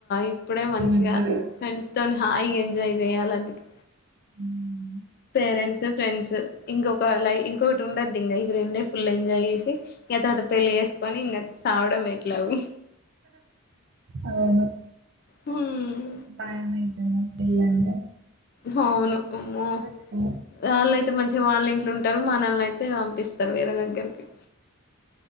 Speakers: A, on the left; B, on the right.
A: ఇప్పుడే మంచిగా
B: రెండు వేలు.
A: ఫ్రెండ్స్ తొనీ హాయిగా ఎంజాయ్ జేయ్యాలందుకే
B: ఊఉ
A: పేరెంట్స్ ఫ్రెండ్స్ ఇంకొక లై ఇంకొకటి ఉండద్దు. ఇంగ ఇవి రెండే ఫుల్ ఎంజాయ్ ఏసి యతనతన్ పెళ్ళి యేసుకొని ఇంగా సావడం ఎట్లవు
B: అవును
A: హ్మ్
B: భయమయ్ ఏమో పెళ్లంటే
A: హవ్ను అమ్మో
B: ఏమో
A: వాళ్ళయితే మంచిగ వాళ్ళ ఇంట్లో ఉంటరు మనల్ని అయితే పంపిస్ తర్ వేరే దగ్గర్కి